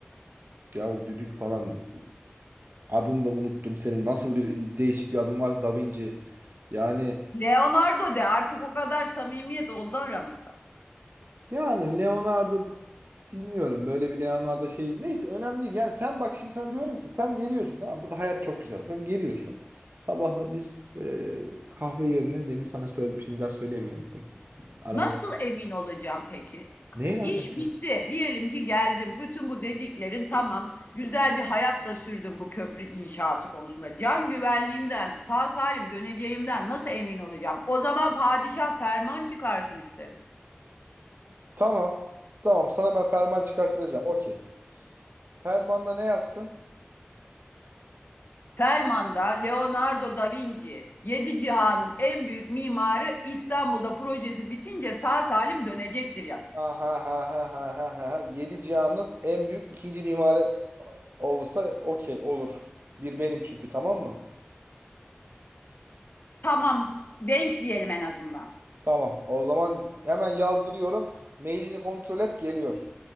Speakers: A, on the right (about 55°); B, on the left (about 50°).
A: Yahu düdük falan adını da unuttum senin. Nasıl bir değişik bir adın varsa Da Vinci. Yani
B: Leonardo de artık o kadar samimiyet oldu aramızda.
A: yani Leonardo bilmiyorum böyle bir Leonardo şey neyse önemli değil. Yani sen bak şimdi sana diyorum ki sen geliyorsun tamam burada hayat çok güzel. Sen geliyorsun. Sabahı biz e, kahve yerine demin sana söyledim şimdi daha söylemeyeyim. O- Aramız
B: Nasıl emin olacağım peki?
A: Neyi nasıl?
B: İş bitti. Diyelim ki geldim. Bütün bu dediklerin tamam. Güzel bir hayatla sürdüm bu köprü inşası konusunda. Can güvenliğimden, sağ salim döneceğimden nasıl emin olacağım? O zaman padişah ferman çıkarsın isterim.
A: Tamam. Tamam. Sana ben ferman çıkarttıracağım. Okey. Fermanda ne yazsın?
B: Fermanda Leonardo da Vinci, yedi cihanın en büyük mimarı İstanbul'da projesi bitince sağ salim dönecektir yaz.
A: Ha ha ha ha ha ha ha. ha. Yedi cihanın en büyük ikinci mimarı olursa okey olur. Bir benim çünkü tamam mı?
B: Tamam, denk diyelim en azından.
A: Tamam. O zaman hemen yazdırıyorum. Mailini kontrol et geliyor.